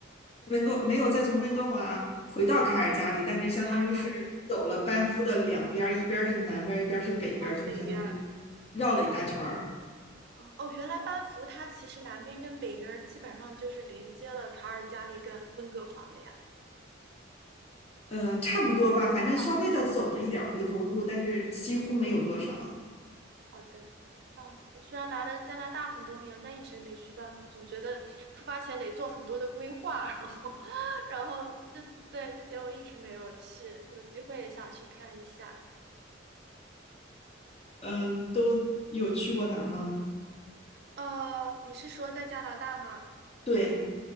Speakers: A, on the left; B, on the right.
A: 温哥没有再从温哥华回到卡尔加里，
B: 嗯，
A: 但是相当于是走了班夫的两边儿，
B: 卡尔加里。哦
A: 一边儿是南边儿，一边儿是北边儿，
B: 啊，
A: 就是相当于
B: 北边儿
A: 绕了一大圈儿。
B: 啊啊哦，原来班夫它其实南边跟北边儿基本上就是连接了卡尔加里跟温哥华了呀，
A: 嗯，差不多吧，反正稍微的走了一点儿回头路，
B: 差不多。嗯
A: 但是几乎没有多少。
B: 嗯嗯嗯。好的，嗯，我虽然来了加拿大很多年，但一直没去办，总觉得出发前得做很多的规划，然后，<laughs> 然后就对，就结果一直没有去，有机会也想去看一下。
A: 嗯，都有去过哪儿吗？
B: 呃，你是说在加拿大吗？
A: 对，